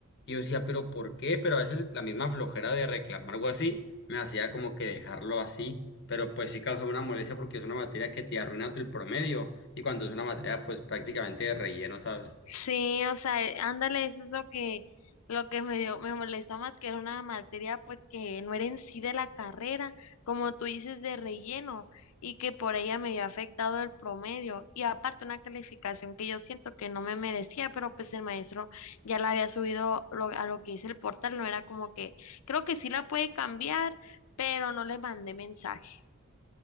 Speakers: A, on the left (about 50°); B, on the left (about 80°).
A: y yo decía, pero ¿por qué? Pero a veces la misma flojera de reclamar algo así me hacía como que dejarlo así. Pero pues sí causa una molestia porque es una materia que te arruina el promedio. Y cuando es una materia, pues prácticamente de relleno, ¿sabes?
B: Sí, o sea, eh, ándale, eso es lo que, lo que me dio, me molestó más que era una materia pues que no era en sí de la carrera, como tú dices, de relleno, y que por ella me había afectado el promedio, y aparte una calificación que yo siento que no me merecía, pero pues el maestro ya la había subido lo- a lo que es el portal, no era como que, creo que sí la puede cambiar, pero no le mandé mensaje,